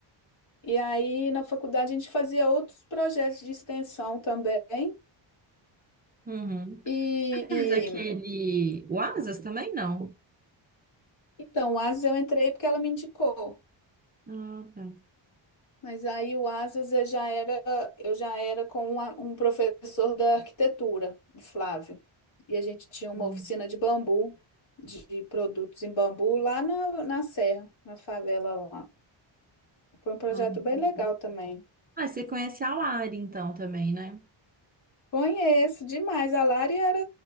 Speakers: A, on the left; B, on the right.
A: E aí, na faculdade, a gente fazia outros projetos de extensão também.
B: Uhum.
A: E
B: Você
A: e,
B: fez aquele. O Asas também não?
A: então, o Asas eu entrei porque ela me indicou.
B: Ah, tá.
A: Mas aí o Asas eu já era, eu já era com um, a- um professor da arquitetura, o Flávio. E a gente tinha uma
B: Hum.
A: oficina de bambu, de produtos em bambu, lá na, na Serra, na favela lá. Foi um projeto
B: Ah, entendi.
A: bem legal também.
B: Ah, você conhece a Lari então também, né?
A: Conheço demais. A Lari era